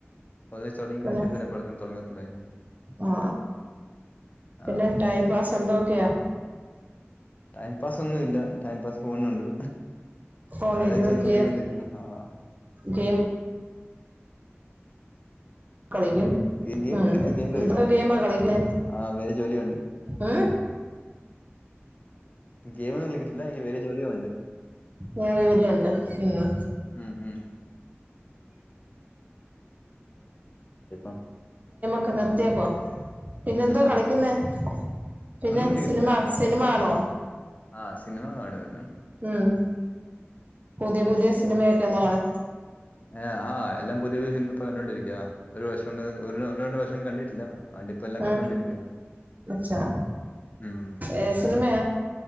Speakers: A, on the left; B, on the right.
A: <unintelligible>
B: പിന്നെ ആ പിന്നെ,
A: ആ
B: ടൈം പാസ് എന്തോക്കെയാ.
A: ടൈംപാസ് ഒന്നു ഇല്ല. ടൈം പാസ് പോകുന്നുണ്ട്.
B: ഫോണിലിരുന്ന്
A: അത് വെച്ച്
B: ഗെയിം
A: ഓടിക്കൊണ്ടിരിക്കുന്നു, ആഹ.
B: ഗെയിം കളിക്കും
A: ഗെയിം ഗെയിം
B: ഉ
A: കളിക്കില്ല ഗെയിം കളിക്കില്ല
B: എന്തൊക്കെ ഗെയിം കളിക്കുന്നു
A: ആ വേറെ ജോലിയുണ്ട്
B: മ്
A: ഗെയിമൊന്നും കളിക്കത്തില്ല, എങ്കി വേരെ ജോലിയൊണ്ട്.
B: വേറെ ജോലിയുണ്ട് പിന്നെ
A: ഉം ഉം <unintelligible>
B: ഒക്കെ നിർത്തിയേക്കോ പിന്നെ എന്തോ കളിക്കുന്നേ
A: ഉം
B: പിന്നെ
A: ഒന്നും കളിക്കത്തില്ല
B: സിനിമ സിനിമ ആണോ
A: ആ സിനിമ കാണുര്ന്ന്.
B: ഉം പുതിയ പുതിയ സിനിമയൊക്കെന്ന്കാണ്
A: ആഹ് ആഹ എല്ലാം പുതിയ സിനിമ ഇപ്പൊ കണ്ടൊണ്ടിരിക്കുക ഒരു വർഷം കൊ രണ്ടു വർഷം കണ്ടിട്ടില്ല അതുകൊണ്ട് ഇപ്പ എല്ലാം
B: അ
A: കണ്ടോണ്ടിരിക്കുക
B: മച്ചാ,
A: ഉം
B: ഏത് സിനിമയാ.?